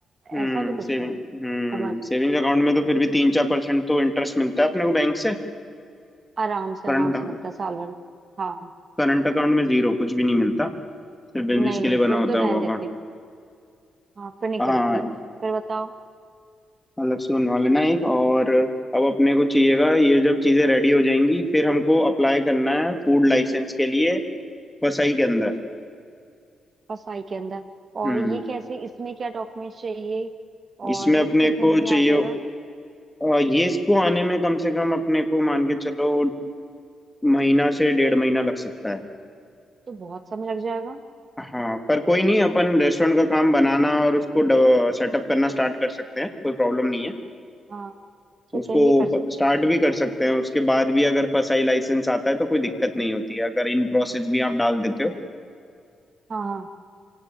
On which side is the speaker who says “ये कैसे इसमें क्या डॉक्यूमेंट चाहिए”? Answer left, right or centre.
Right